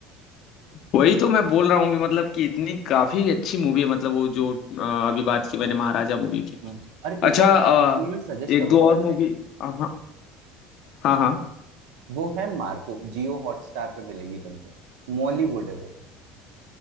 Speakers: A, on the left; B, on the right.
A: वही तो मैं बोल रहा हूँ कि मतलब कि इतनी काफी अच्छी मूवी है मतलब वो जो अ, अभी बात की मैंने महाराजा मूवी की
B: हम्म, अरे
A: अच्छा
B: एक और एक मूवी
A: अ,
B: मैं सजेस्ट
A: एक
B: करूंगा
A: दो
B: वैसे
A: और मूवी हाँ हाँ हाँ
B: वो है मार्को जियो हॉटस्टार पे मिलेगी तुमको मॉलीवुड है वो